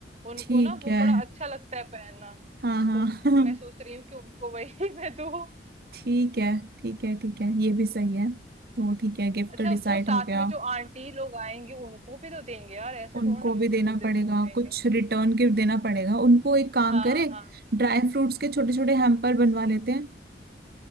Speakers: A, on the right; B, on the right.
A: उनको
B: ठीक
A: ना वो
B: है
A: बड़ा अच्छा लगता है पहनना
B: हाँ हाँ
A: तो
B: <laughs>
A: मैं सोच रही हूँ कि उनको वही <laughs> मैं दूं
B: ठीक है ठीक है ठीक है ये भी सही है तो ठीक है गिफ्ट
A: अच्छा
B: तो डिसाइड
A: वो साथ
B: हो गया
A: में जो आंटी लोग आएंगे उनको भी तो देंगे यार ऐसे
B: उनको
A: थोड़ी ना हम
B: भी
A: उनको
B: देना
A: दे,
B: पड़ेगा
A: छोड़ देंगे
B: कुछ रिटर्न गिफ्ट देना पड़ेगा उनको एक काम
A: हाँ
B: करे
A: हाँ
B: ड्राई फ्रूट्स के छोटे छोटे हैम्पर बनवा लेते हैं